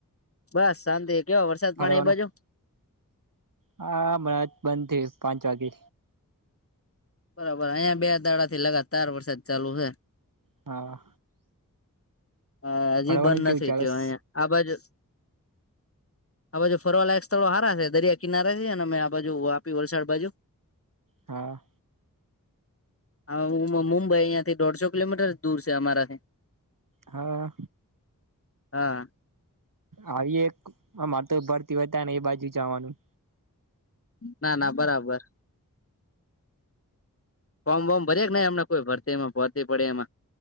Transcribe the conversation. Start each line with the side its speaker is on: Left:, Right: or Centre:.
Left: બસ, શાંતિ. કેવો વરસાદ,
Right: ફરવાનું
Left: પડે એ બાજુ?
Right: હા, હમણા જ બંધ થયો પાંચ વાગે.
Left: બરાબર, અહિયાં બે દાડા થી લગાતાર વરસાદ ચાલુ છે.
Right: હા.
Left: હા, હજી
Right: ફરવાનું
Left: બંધ નથી
Right: કેવું ચાલસ
Left: થયો આ બાજુ. આ બાજુ ફરવાલાયક સ્થળો હારા છે, દરિયા કિનારા છે. અને મે આ બાજુ આપી, વલસાડ બાજુ.
Right: હા.
Left: હ, મુંબઈ અહીયાંથી દોઢસો કિલોમીટર જ દૂર છે અમારાથી.
Right: હા.
Left: હા.
Right: આવી એક અમારે તો ભરતી હોય તો ને, એ બાજુ જવાનું.
Left: ના, ના, બરાબર. ફોમ વોમ ભરે કે ન, એમને કોઈ ભરતીમાં ભરતી પડે એમાં.